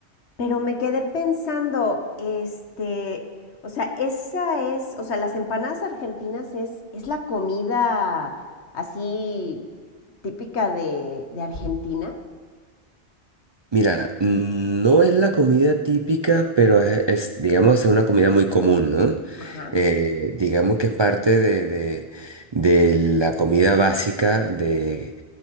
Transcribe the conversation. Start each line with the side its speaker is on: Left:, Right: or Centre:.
Left: pero me quedé pensando, este, o sea, esa es, o sea, las empanadas argentinas es, es la comida así típica de, de Argentina.
Right: Mira, mm, no es la comida típica, pero es, es, digamos, es una comida muy común, ¿no?
Left: Ajá,
Right: Eh, digamos que es parte de, de, de la comida básica de,